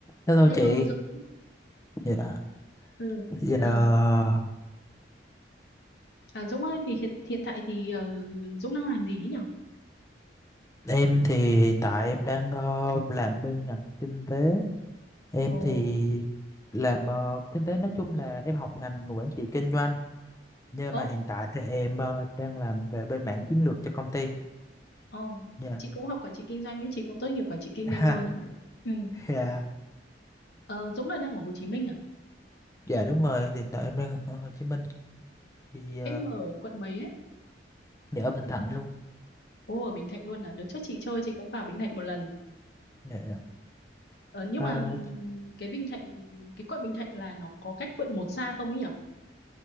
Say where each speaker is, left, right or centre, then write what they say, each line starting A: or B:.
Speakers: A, on the left (about 15°); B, on the left (about 60°).
A: Hello
B: Hello
A: chị,
B: Dũng.
A: dạ,
B: Ừ.
A: dạ
B: Ờ,
A: ờ,
B: à, Dũng ơi thì hiện hiện tại thì ờ, Dũng đang làm gì ấy nhỉ?
A: em thì hiện tại em đang ờ, làm bên ngành kinh tế, em
B: Ồ.
A: thì làm ờ, kinh tế nói chung là em học ngành quản trị kinh doanh, nhưng
B: Ồ,
A: mà hiện tại thì em ờ, đang làm về bên mảng chiến lược cho công ty,
B: ồ.
A: dạ,
B: Chị cũng học quản trị kinh doanh ấy, chị cũng tốt nghiệp quản trị kinh
A: <laughs>
B: doanh luôn. Ừ.
A: Ha, dạ,
B: Ờ, Dũng là đang ở Hồ Chí Minh à?
A: dạ đúng rồi, hiện tại em đang ở Hồ Chí Minh thì ờ,
B: Em ở quận mấy ấy?
A: dạ, ở Bình Thạnh luôn,
B: Ồ, ở Bình Thạnh luôn à? Đợt trước chị chơi chị cũng vào Bình Thạnh một lần.
A: dạ, dạ.
B: Ờ, nhưng
A: À,
B: mà cái Bình Thạnh cái quận Bình Thạnh là nó có cách quận một xa không ấy nhỉ?